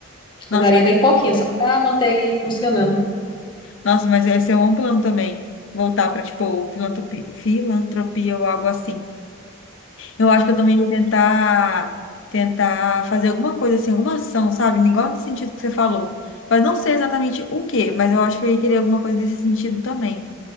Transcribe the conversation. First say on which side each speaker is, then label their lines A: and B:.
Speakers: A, on the left; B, on the left.
A: Nossa,
B: Cobraria bem pouquinho, só para manter ele funcionando.
A: nossa, mas esse é um plano também. Voltar para, tipo, filantropia, filantropia ou algo assim. Eu acho que eu também ia tentar, tentar fazer alguma coisa assim, alguma ação, sabe? Igual nesse sentido que você falou. Mas não sei exatamente o quê, mas eu acho que eu ia querer alguma coisa nesse sentido também.